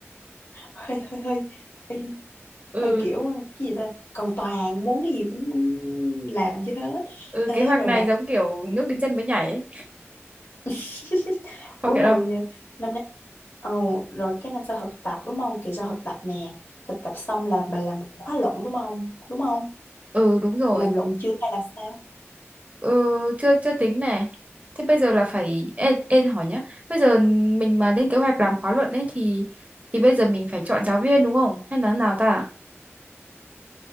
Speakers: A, on the left; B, on the right.
A: hơi hơi hơi hơi
B: ừ
A: hơi kiểu cái gì ta cầu toàn muốn cái gì cũng làm cho hết
B: ừ
A: ế
B: kế hoạch
A: rồi
B: này
A: bạc
B: giống kiểu nước đến chân mới nhảy ấy.
A: <laughs>
B: Không
A: ủa rồi
B: hiểu đâu
A: ờ, năm nay ồ rồi cái năm sau thực tập đúng không kỳ sau thực tập nè thực tập xong là bà làm một khóa luận đúng không đúng không
B: ừ đúng rồi
A: làm luận chưa hay là sao
B: ừ chưa chưa tính nè thế bây giờ là phải em, em hỏi nhá bây giờ mình mà lên kế hoạch làm khóa luận ấy thì thì bây giờ mình phải chọn giáo viên đúng không hay là nào ta